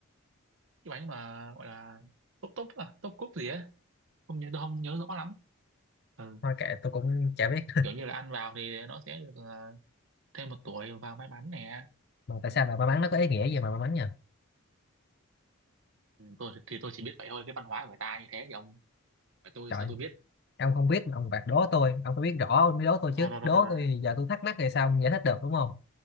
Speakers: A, on the right (about 60°); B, on the left (about 50°).
A: cái bánh mà gọi là túp túp à, túp cúc gì á không nhớ tôi không nhớ rõ lắm ừ.
B: Thôi kệ tôi cũng chả biết
A: kiểu như là ăn vào thì nó sẽ được ờ, thêm một tuổi và may mắn nè
B: mà tại sao lại may mắn nó có ý nghĩa gì mà may mắn nhỉ
A: ừ, tôi thì, thì tôi chỉ biết vậy thôi cái văn hóa của người ta như thế thì ông và tôi
B: trời
A: sao tôi biết
B: ông không biết mà ông bạc đố tôi ông phải biết rõ ông mới đố tôi chứ
A: rồi, rồi, rồi,
B: đố
A: rồi. rồi.
B: tôi thì giờ tôi thắc mắc thì sao ông giải thích được đúng không